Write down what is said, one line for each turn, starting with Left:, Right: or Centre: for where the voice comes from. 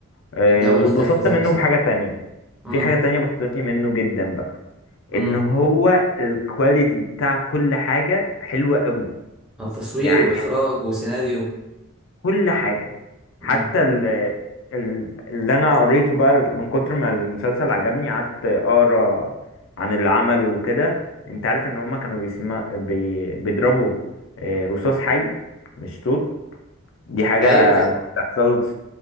Left: آه،
Centre: لا هو
Left: واتبسطت
Centre: الاختيار فظيع
Left: منه
Centre: بصراحه
Left: بحاجه تانية
Centre: امم
Left: في حاجه تانية بسطتني منه جدا بقى
Centre: امم
Left: ان هو الكواليتي بتاع كل حاجه حلوه قوي
Centre: تصوير
Left: يعني
Centre: واخراج وسيناريو
Left: كل حاجة
Centre: امم
Left: حتى ال ال- اللي انا قريته بقى من كتر ما المسلسل عجبني قعدت اقرا عن اللي عمله وكده انت عارف ان هما كانوا بيسمع بي... بيضربوا آه، رصاص حي مش صوت دي حاجة
Centre: ايوه كان
Left: تحصلش